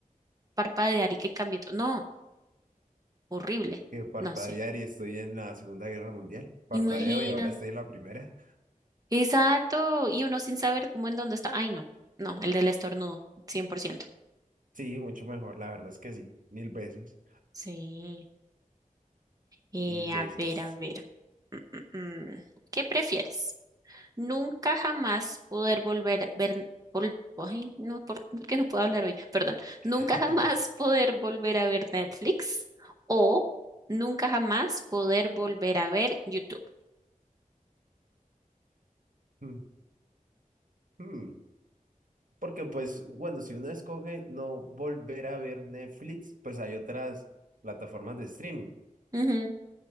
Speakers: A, on the right; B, on the right.
A: parpadear y que cambie todo. No, horrible.
B: y parpadear
A: No sé.
B: y estoy en la Segunda Guerra Mundial. Parpadeo
A: Imagina.
B: y ahora estoy en la primera.
A: Exacto. Y uno sin saber cómo en dónde está. Ay, no. No, el del estornudo, 100%.
B: Sí, mucho mejor, la verdad es que sí. Mil veces.
A: Sí. Eh,
B: Mil veces.
A: a ver, a ver. Mm, mm. ¿Qué prefieres? nunca jamás poder volver ver vol- ay, no, por, ¿por qué no puedo hablar hoy? Perdón. Nunca
B: <laughs>
A: jamás poder volver a ver Netflix o nunca jamás poder volver a ver YouTube.
B: Mm, mm. Porque pues, bueno, si uno escoge no volver a ver Netflix, pues hay otras plataformas de streaming.
A: Ujú.